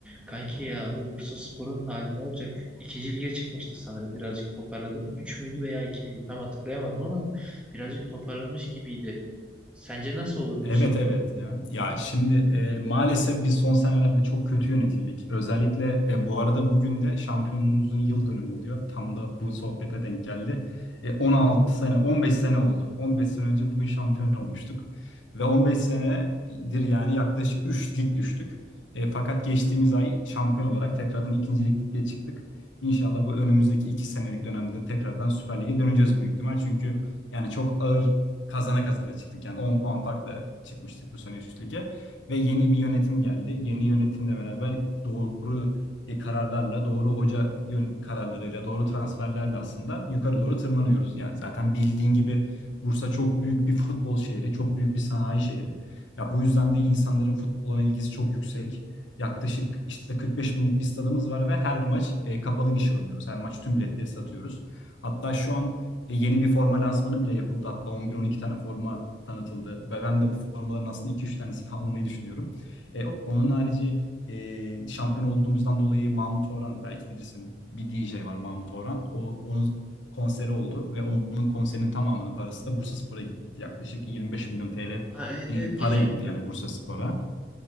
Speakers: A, in the centre; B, on the left.
A: Kanki ya bu Bursaspor'un hali ne olacak? İkinci lige çıkmıştı sanırım. Birazcık toparladı mı? Üç müydü veya iki miydi? Tam hatırlayamadım ama birazcık toparlamış gibiydi. Sence nasıl olur
B: Evet
A: Bursa'nın
B: evet
A: durumu?
B: ya. Ya şimdi e, maalesef biz son senelerde çok kötü yönetildik. Özellikle e, bu arada bugün de şampiyonluğumuzun yıl dönümü oluyor. Tam da bu sohbete denk geldi. E, 16 sene, 15 sene oldu. 15 sene önce bugün şampiyon olmuştuk. Ve 15 senedir yani yaklaşık 3 lig düştük. E, fakat geçtiğimiz ay şampiyon olarak tekrardan ikinci lige çıktık. İnşallah bu önümüzdeki 2 senelik dönemde de tekrardan Süper Lig'e döneceğiz büyük ihtimal. Çünkü yani çok ağır kazana kazana çıktık. Yani 10 puan farkla çıkmıştık bu sene üst lige. Ve yeni bir yönetim geldi. Yeni yönetimle beraber doğru e, kararlarla, doğru hoca yön kararlarıyla, doğru transferlerle aslında yukarı doğru tırmanıyoruz. Yani zaten bildiğin gibi Bursa çok büyük bir futbol şehri, çok büyük bir sanayi şehri. Ya bu yüzden de insanların futbola ilgisi çok yüksek. Yaklaşık işte 45 binlik bir stadımız var ve her maç e, kapalı gişe oynuyoruz. Her maç tüm biletleri satıyoruz. Hatta şu an e, yeni bir forma lansmanı bile yapıldı. Hatta 11-12 tane forma tanıtıldı. Ve ben de bu formaların aslında iki üç tanesini <laughs> almayı düşünüyorum. E, onun harici e, şampiyon olduğumuzdan dolayı Mahmut Orhan belki bilirsin bir DJ var Mahmut Orhan. O, onun konseri oldu ve onun konserinin tamamının parası da Bursaspor'a gitti. Yaklaşık 25 milyon TL
A: Aa evet
B: bir
A: evet
B: para
A: geçen
B: gitti
A: gün görmüştüm.
B: yani Bursaspor'a.